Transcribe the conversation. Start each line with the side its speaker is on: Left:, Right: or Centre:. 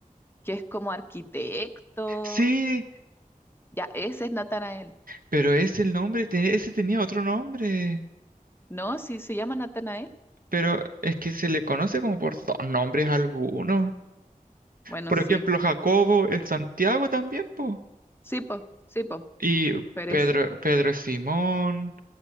Left: que es como arquitecto?
Right: Sí,
Left: Ya, ese es Natanael.
Right: pero ese el nombre, te- ese tenía otro nombre.
Left: ¿No? ¿Sí se llama Natanael?
Right: Pero es que se le conoce como por dos nombres algunos.
Left: Bueno,
Right: Por
Left: sí.
Right: ejemplo, Jacobo es Santiago también, po.
Left: Sí, po, sí, po.
Right: Y
Left: Pero
Right: Pedro,
Left: es,
Right: Pedro es Simón,